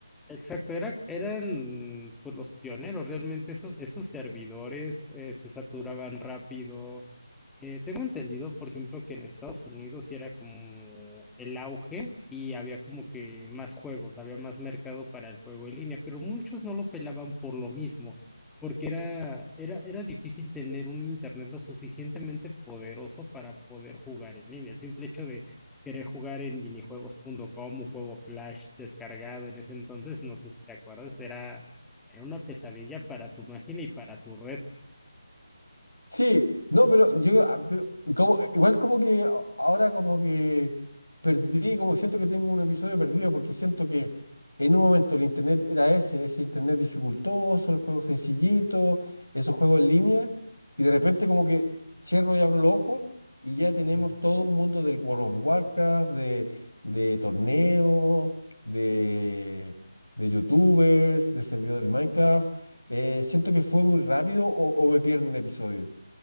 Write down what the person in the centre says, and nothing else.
Exacto, era, eran pues, los pioneros, realmente esos, esos servidores eh, se saturaban rápido. Eh, tengo entendido, por ejemplo, que en Estados Unidos sí era como el auge y había como que más juegos, había más mercado para el juego en línea, pero muchos no lo pelaban por lo mismo, porque era, era, era difícil tener un internet lo suficientemente poderoso para poder jugar en línea. El simple hecho de querer jugar en minijuegos.com, un juego Flash descargado en ese entonces, no sé si te acuerdas, era, era una pesadilla para tu máquina y para tu red.
Ujú.